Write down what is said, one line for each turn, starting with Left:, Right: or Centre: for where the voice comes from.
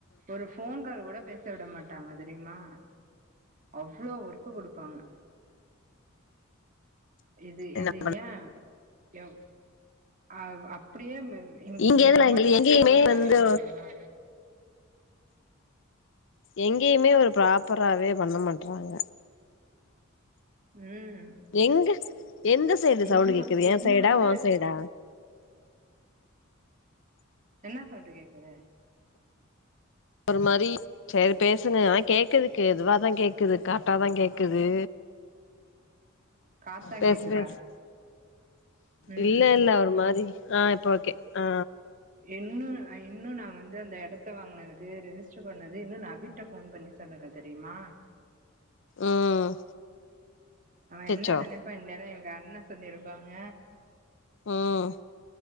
Right: ஒரு ஃபோன் கால் கூட பேச விட மாட்டாங்க தெரிமா அவ்ளோ ஒர்க்கு குடுப்பாங்க இது
Left: என்ன
Right: இது
Left: பண்
Right: ஏ எவ் அவ் அப்டியே எங்
Left: இங்க
Right: எங்க
Left: எதுல
Right: அம்மாட்ட பேசியே
Left: எங்கேயுமே
Right: எவ்ளோ நாலாவுது
Left: வந்து
Right: தெரியுமா
Left: எங்கேயுமே ஒரு ப்ராப்பராவே பண்ண மாட்றாங்க
Right: ம்
Left: எங்க எந்த சைடு
Right: இன்னு
Left: சவுண்டு கேக்குது எ
Right: இன்னு
Left: சைடா
Right: வந்து
Left: ஒ சைடா
Right: என்னா சௌண்ட்டு கேக்குது
Left: ஒரு மாரி சேரி பேசுங்க ஆனா கேக்குதுக்கு எதுவாதா கேக்குது கரெட்டாதா கேக்குது
Right: காத்தா
Left: பேசு
Right: கேக்குதா
Left: பேசு
Right: ம்
Left: இல்ல இல்ல ஒரு மாரி ஆ இப்ப ஓகே ஆ
Right: இன்னு இன்னு நா வந்து அந்த எடத்த வாங்னது ரிஜிஸ்டர் பண்ணது இன்னு நவீன்ட்ட ஃபோன் பண்ணி சொல்லல தெரிமா
Left: ம்
Right: அவ
Left: அச்சச்சோ
Right: என்ன நெனைப்பா இந்நேரோ எங்க அண்ண சொல்லிருப்பாங்க
Left: ம்